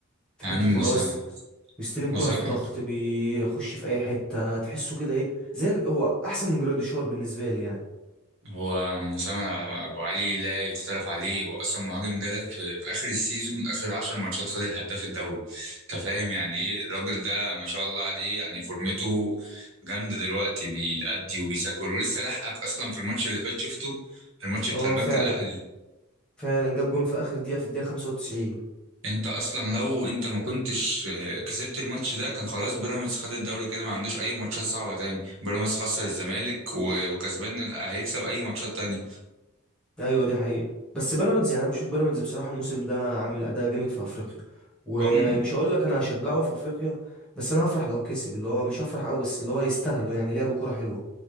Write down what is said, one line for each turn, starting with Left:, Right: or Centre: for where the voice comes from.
Centre: في
Right: يا
Centre: حته
Right: عم وسام
Centre: اللي هو س- بيستلم كرة
Right: وسام
Centre: في ضغط بيخش في اي حته تحسه كده ايه زي هو احسن من جراديشار بالنسبه لي يعني
Right: هو مساهم ابو علي لا يختلف عليه هو اصلا مهاجم جالك في, في اخر السيزون اخر 10 ماتشات خد الهداف الدوري انت فاهم يعني ايه الراجل ده ما شاء الله عليه يعني فورمته جامده دلوقتي بيأدي وبيسجل ولسه لحقك اصلا في الماتش اللي فات شفته الماتش بتاع
Centre: اه
Right: البنك
Centre: فعلا
Right: الاهلي
Centre: فعلا جاب جون في اخر دقيقه في الدقيقه 95
Right: انت اصلا لو انت ما كنتش آه، كسبت الماتش ده كان خلاص بيراميدز خد الدوري كده ما عندوش اي ماتشات صعبه تاني بيراميدز خسر الزمالك و- وكسبان هيكسب اي ماتشات تانية
Centre: ايوه دي حقيقة بس بيراميدز يعني انا بشوف بيراميدز بصراحة الموسم ده عامل اداء جامد في افريقيا ومش
Right: هم
Centre: هقول لك انا هشجعه في افريقيا بس انا هفرح لو كسب اللي هو مش هفرح قوي بس اللي هو يستاهلوا يعني لعبوا كرة حلوة